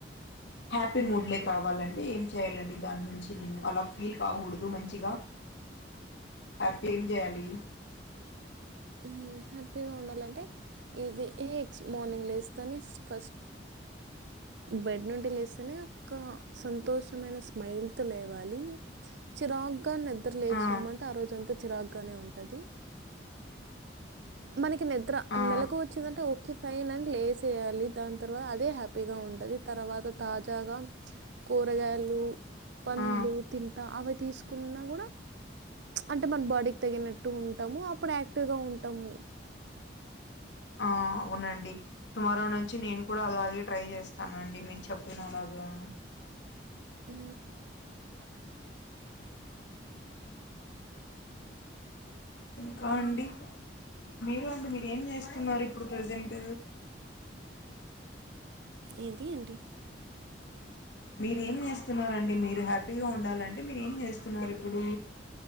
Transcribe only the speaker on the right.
ఏమో ఉమ్ ఉమ్ హ్యాపీగా ఉండాలంటే ఇది ఎక్స్ మార్నింగ్ లేస్తానే ఫస్ట్ బెడ్ నుంటి లేస్తేనే ఒక సంతోషమైన స్మైల్ తో లేవాలి చిరాక్ గా నిద్ర లేచినామంటే
ఆ రోజంతా చిరాగ్ గానే ఉంటుంది మనకి నిద్ర
మెళలకు వచ్చిందంటే ఓకే ఫైన్ అని లేసేయాలి దాని తర్వాత అదే హ్యాపీగా ఉంటది తర్వాత తాజాగా కూరగాయలు పండ్లు
తింటా అవే తీసుకున్నా కూడా అంటే మన బాడీకి తగినట్టు ఉంటాము అప్పుడు యాక్టివ్ గా ఉం టము
ఉ
ఏంది అండి